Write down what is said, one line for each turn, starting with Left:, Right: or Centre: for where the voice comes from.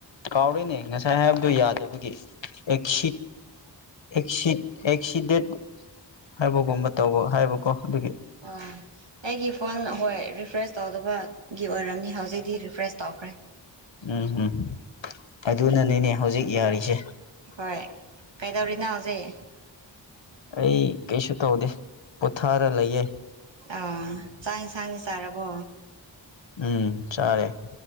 Left: ꯀꯥꯎꯔꯦꯅꯦ ꯉꯁꯥꯏ ꯍꯥꯏꯕꯗꯣ ꯌꯥꯗꯕꯒꯤ ꯑꯦꯁꯤꯠ ꯑꯦꯁꯤꯠ ꯑꯦꯁꯤꯗꯦꯠ ꯍꯥꯏꯕꯒꯨꯝꯕ ꯇꯧꯕ ꯍꯥꯏꯕꯀꯣ ꯑꯗꯨꯒꯤ
Right: ꯑꯥ ꯑꯩꯒꯤ ꯐꯣꯟ ꯍꯣꯏ ꯔꯤꯐ꯭ꯔꯦꯁ ꯇꯧꯗꯕꯒꯤ ꯑꯣꯏꯔꯝꯅꯤ ꯍꯧꯖꯤꯛꯇꯤ ꯔꯤꯐ꯭ꯔꯦꯁ ꯇꯧꯈ꯭ꯔꯦ
Left: ꯎꯝ ꯍꯨꯝ ꯑꯗꯨꯅꯅꯤꯅꯦ ꯍꯧꯖꯤꯛ ꯌꯥꯔꯤꯁꯦ
Right: ꯍꯣꯏ ꯀꯩꯗꯧꯔꯤꯅꯣ ꯍꯧꯖꯤꯛ
Left: ꯑꯩ ꯀꯩꯁꯨ ꯇꯧꯗꯦ ꯄꯣꯊꯥꯔ ꯂꯩꯌꯦ
Right: ꯑꯥ ꯆꯥꯛ ꯢꯟꯁꯥꯡꯗꯤ ꯆꯥꯔꯕꯣ
Left: ꯎꯝ ꯆꯥꯔꯦ